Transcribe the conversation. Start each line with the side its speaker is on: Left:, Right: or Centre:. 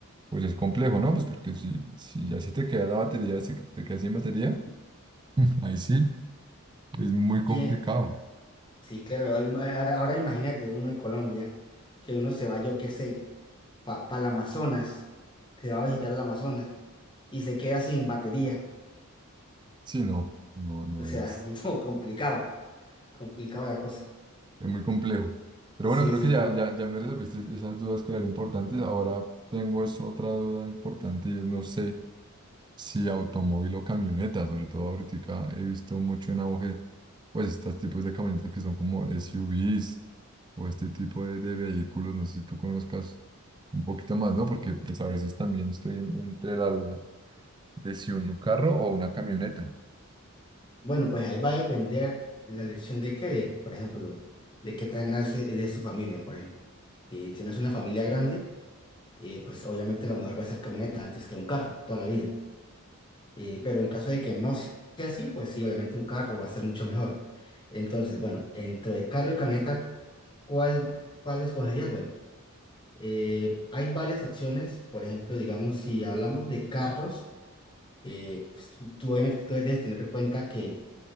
Right: Pues es complejo, ¿no? Pues porque si, si ya se te queda la batería, si te quedas sin batería, <laughs> ahí sí, es muy complicado.
Left: Y, eh, sí, claro, ahí- ahora, ahora imagínate uno en Colombia, que uno se va, yo qué sé, para el Amazonas, se va a visitar el Amazonas y se queda sin batería.
Right: Sí, no, no, no
Left: O sea,
Right: es,
Left: <laughs> no, complicado, complicado la cosa.
Right: es muy complejo. Pero
Left: Sí,
Right: bueno, creo
Left: sí,
Right: que ya,
Left: por,
Right: ya, ya me resolviste esas dudas que eran importantes. Ahora tengo es otra duda importante y es, no sé. Sí, automóvil o camioneta, sobre todo ahorita he visto mucho en auge, pues estos tipos de camionetas que son como SUVs o este tipo de, de vehículos, no sé si tú conozcas un poquito más, ¿no? Porque pues a veces también estoy en- entre la duda de si un carro o una camioneta.
Left: bueno, pues ahí va a depender la elección de qué, de, por ejemplo, de qué tan grande es es tu familia, por ejemplo. Si tienes una familia grande, eh, pues obviamente lo mejor va a ser camioneta antes que un carro, toda la vida. Eh, pero en caso de que no sea así, pues sí, obviamente un carro va a ser mucho mejor. Entonces, bueno, entre carro y camioneta, ¿cuál, cuál escogerías? Bueno, eh, hay varias opciones. Por ejemplo, digamos, si hablamos de carros, eh, pues, tú obviamente tú debes tener en cuenta que